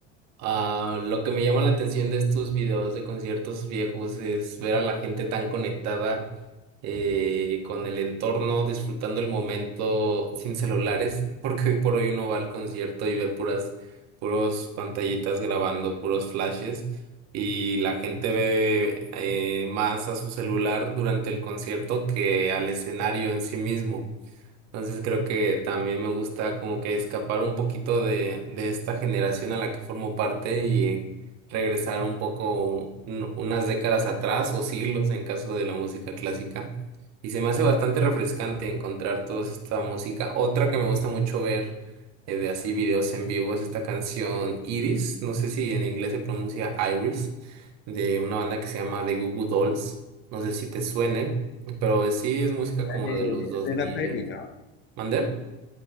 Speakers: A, on the right; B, on the left.
A: Ah, lo que me llama la atención de estos videos de conciertos viejos es ver a la gente tan conectada eh, con el entorno, disfrutando el momento sin celulares, <laughs> porque hoy por hoy uno va al concierto y ve puras, puros pantallitas grabando, puros flashes, y la gente ve eh, más a su celular durante el concierto que al escenario en sí mismo. Entonces creo que también me gusta como que escapar un poquito de, de esta generación a la que formo parte y regresar un poco un- unas décadas atrás o siglos en caso de la música clásica. Y se me hace bastante refrescante encontrar toda esta música. Otra que me gusta mucho ver eh, de así videos en vivo es esta canción Iris, no sé si en inglés se pronuncia Iris, de una banda que se llama The Goo Goo Dolls. No sé si te suene, pero sí es música como
B: Eh,
A: de los dos
B: de
A: mil
B: una peli, ¿no?
A: ¿Mandé?